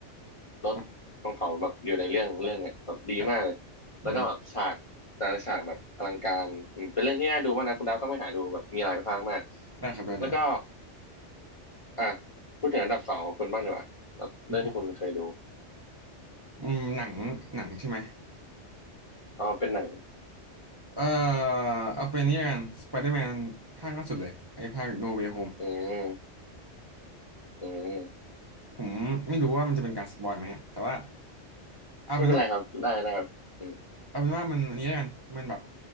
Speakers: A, on the left; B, on the right.
A: รถของเขาแบบอยู่ในเรื่องเรื่องเนี้ยแบบดีมากเลยแล้วก็แบบฉากแต่ละฉากแบบอลังการอืมเป็นเรื่องที่น่าดูมากนะคุณดาวต้องไปหาดูแบบมีหลายภาคมาก
B: อ่าครับอืมได้ครับได้ได้
A: แล้วก็อ่ะพูดถึงอันดับสองของคุณบ้างดีกว่าแบบเรื่องที่คุณเคยดู
B: ผมอืมหนังหนังใช่ไหม
A: อ๋อเป็นหนัง
B: เอ่อเอาเป็นนี่ละกันสไปเดอร์แมนภาคล่าสุดเลยไอ้ภาคโนเว y h โฮม
A: อืม อืม
B: ผมไม่รู้ว่ามันจะเป็นการสปอยไหมอะแต่ว่าเอาเป็นว่า
A: ไม่เป็นไรครับได้ได้ครับอืม
B: เอาเป็นว่ามันอันนี้ละกันมันแบบ